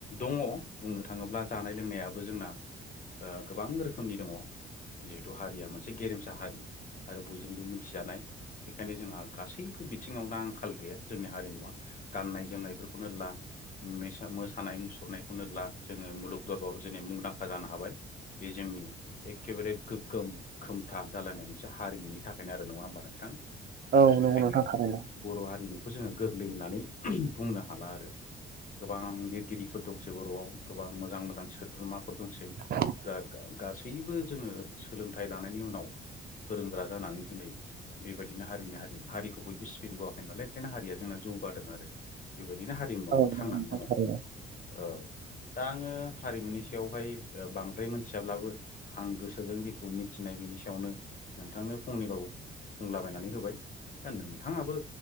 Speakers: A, on the left (about 40°); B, on the right (about 50°).
A: दङ बुंनो थाङोब्ला जानाय लोंनायाबो जोंना ओ गोबां रोखोमनि दङ जिहेथु हारिया मोनसे गेरेमसा हारि। आरो बयजोंबो मिथिजानाय। बेखायनो जोंहा गासैबो बिथिङाव दा आंखाल गैया जोंनि हारिमुवा। गाननाय जोमनायफोरखौनो ला मेसा-मोसानाय मुसुरनायखौनो ला जोङो मुलुग दरबाव दिनै मुंदांखा जानो हाबाय। बे जोंनि एखेबारे गोगोम खोमथा जालायनाय मोनसे हारिमुनि थाखायनो आरो नङा होमबा नोंथां?
B: औ
A: बेनिखायनो
B: नंगौ नोंथां थारैनो
A: बर' हारिमुखौ जोङो गोरलै होननानै बुंनो हाला आरो। गोबां लिरगिरिफोर दंसै बर'आव गोबां मोजां मोजां सोद्रोमाफोर दंसै।
B: <inaudible>
A: जा गा-गासैबो जोङो सोलोंथाइ लानायनि उनाव गोरों गोरा जानानै दिनै बेबायदिनो हारिनि हारि हारिखौ बयबो सिबिनो बावाखै नालाय ओंखायनो हारिया जोंना जौगादों आरो। बेबायदिनो हारिमुवाबो
B: औ नंगौ
A: थांनानै
B: नोंथां
A: दङ औ
B: थारैनो
A: दा आङो हारिमुनि सायावहाय ओ बांद्राय मोनथियाब्लाबो आं गोसोजों जेखौ मिथिनाय बेनि सायावनो नोंथांनो फंनैबाबो बुंलाबायनानै होबाय दा नोंथाङाबो